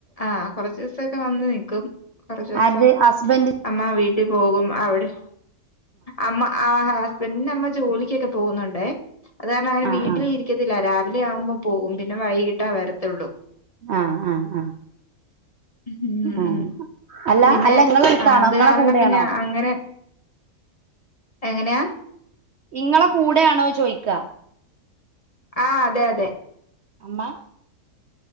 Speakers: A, on the left; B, on the right.
A: ആഹ കൊർച്ചൂസൊക്കെ വന്ന് നിക്കും കൊർച്ചൂസം
B: ആര്ത് ഹസ്ബൻഡ്
A: അമ്മ വീട്ടി പോകും അവിടെ അമ്മ ആ ഹസ്ബൻഡ്ന്റമ്മ ജോലി ക്ക്യക്കെ പോവുന്നുണ്ട് അത് കാരണം അങ്ങനെ
B: ആഹ്
A: വീട്ടില് ഇരിക്കത്തില്ല രാവിലെ ആവുമ്പോ പോവും പിന്നെ വൈകിട്ടാ വരത്തൊള്ളൂ
B: ആഹ് ആഹ് ആഹ്
A: ഉം
B: ആഹ്
A: ഉം
B: അല്ല
A: പിന്നെ
B: അല്ല ഇങ്ങളെ അടുത്താണോ
A: അത്
B: ഇങ്ങളെ
A: കാരണം
B: കൂടെയാണോ
A: പിന്നെ അങ്ങനെ എങ്ങനെയാ
B: ഇങ്ങളെ കൂടേണോ ചോയിക്കാ
A: ആഹ് അതെ അതെ
B: അമ്മ